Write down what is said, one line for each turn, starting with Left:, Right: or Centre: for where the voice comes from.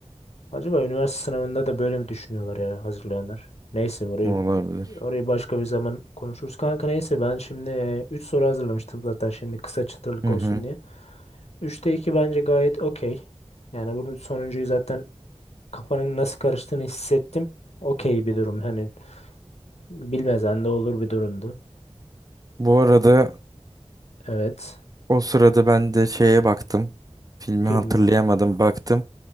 Left: Acaba üniversite sınavında da böyle mi düşünüyorlar ya hazırlayanlar? Neyse orayı
Right: Olabilir.
Left: orayı başka bir zaman konuşuruz. Kanka neyse ben şimdi e, 3 soru hazırlamıştım zaten şimdi kısa çıtırlık
Right: Hı
Left: olsun
Right: hı.
Left: diye. 3'te 2 bence gayet okey. Yani bunun sonuncuyu zaten kafanın nasıl karıştığını hissettim. Okey bir durum hani bilmezen de olur bir durumdu.
Right: Bu arada
Left: Evet.
Right: o sırada ben de şeye baktım. Filmi
Left: Film.
Right: hatırlayamadım baktım.